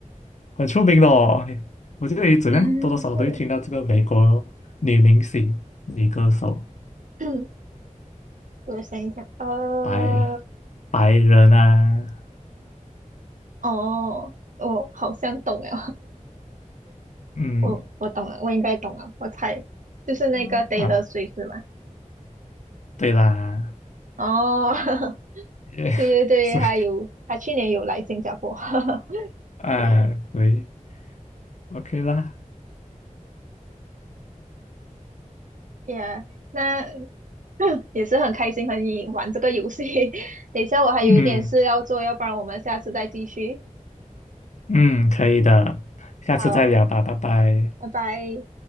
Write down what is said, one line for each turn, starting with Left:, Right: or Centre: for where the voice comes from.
Left: 很出名的哦，我觉得怎么样多多少少都会听到这个美国女明星、
Right: <laughs> 错了，
Left: 女歌手，
Right: <clears throat> 我想一想，呃，
Left: 白白人啊，
Right: 哦，我好像懂了，<laughs>
Left: 嗯
Right: 我我懂了，我应该懂了，我猜就是那个
Left: 嗯啊，
Right: Taylor Swift 是吗？
Left: 对啦，
Right: 哦，<laughs>
Left: 也
Right: 对对对，
Left: <laughs> 所以
Right: 还有他去年有来新加坡，<laughs>
Left: 啊，
Right: 对
Left: 对。OK 啦，
Right: ，Yeah。那 <laughs> 也是很开心和你玩这个游戏。<laughs> 等一下我还有一点事要做，
Left: 嗯
Right: 要不然我们下次再继续。
Left: 嗯，可以的，下次再聊吧，
Right: 好，
Left: 拜拜。
Right: 拜拜。